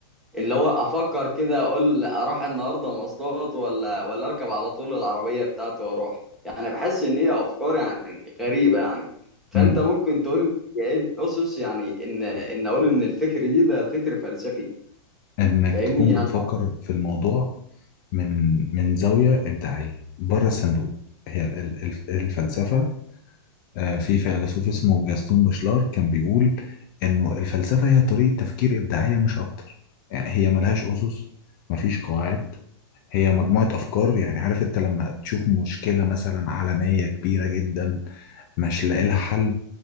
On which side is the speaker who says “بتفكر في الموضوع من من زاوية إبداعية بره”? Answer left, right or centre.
Left